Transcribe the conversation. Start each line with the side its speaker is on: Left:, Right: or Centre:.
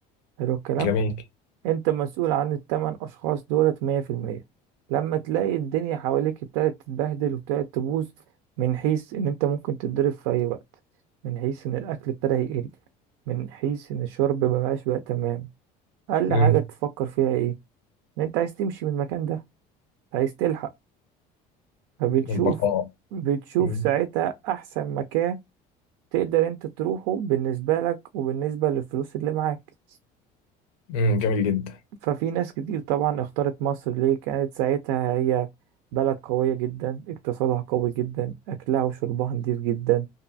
Right: حلو الكلام
Left: جميل
Right: انت مسؤول عن التمن اشخاص دولت مية في المية لما تلاقي الدنيا حواليك ابتدت تتبهدل وابتدت تبوظ من حيث ان انت ممكن تتضرب في اي وقت من حيث ان الاكل ابتدى يقل من حيث ان الشرب مبقاش بقى تمام اقل
Left: امم
Right: حاجة تفكر فيها ايه ان انت عايز تمشي من المكان ده عايز تلحق فبتشوف
Left: البقاء
Right: بتشوف
Left: امم
Right: ساعتها احسن مكان تقدر انت تروحه بالنسبة لك وبالنسبة للفلوس اللي معاك
Left: أمم، جميل جدا
Right: ففي ناس كتير طبعا اختارت مصر ليه كانت ساعتها هي بلد قوية جدا اقتصادها قوي جدا أكلها وشربها نضيف جدا